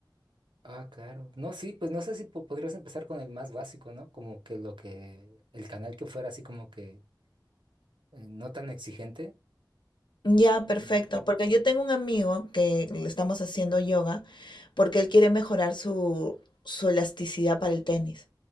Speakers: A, on the right; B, on the left.
A: Ah, claro. No, sí, pues no sé si po- podrías empezar con el más básico, ¿no? Como que lo que, el canal que fuera así como que eh, no tan exigente.
B: Ya,
A: Mm,
B: perfecto, porque yo tengo un amigo que le estamos haciendo yoga porque él quiere mejorar su, su elasticidad para el tenis,